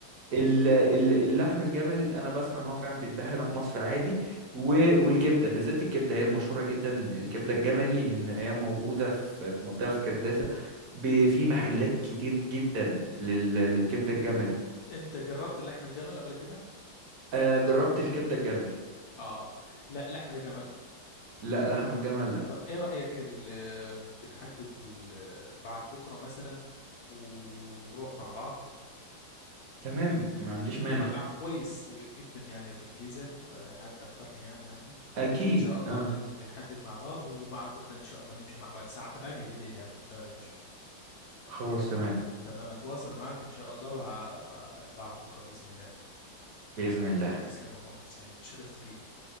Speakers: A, on the right (about 60°); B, on the left (about 70°).
A: ال- ال- اللحم الجمل انا بسمع ان هو فعلا بيتباع هنا في مصر عادي و- والكبده بالذات الكبده هي المشهوره جدا الكبده الجملي ان هي موجوده في في منطقه في كرداسه ب- في محلات كتير جدا لل- للكبده الجملي
B: انت جربت لحم الجمل قبل كده
A: آه، جربت الكبده الجملي
B: اه لا لحم الجمل
A: لا لحم الجمل لا
B: طب ايه رأيك ال... بنحدد ال... بعد بكرة مثلا ونروح مع بعض
A: تمام ما عنديش مانع
B: في مطعم كويس جدا يعني في الجيزة آه، حد اخبرني يعني عنه
A: اكيد
B: وان شاء الله
A: اه
B: بن... بنحدد مع بعض وبعد بكرة ان شاء الله نمشي مع بعض الساعة 8 بالليل هكون فارغ ان شاء الله
A: خلاص تمام
B: تمام اتواصل معاك ان شاء الله بع- بع- بعد بكره باذن الله
A: باذن الله
B: تسلم يا اخونا حسين اتشرفت بيك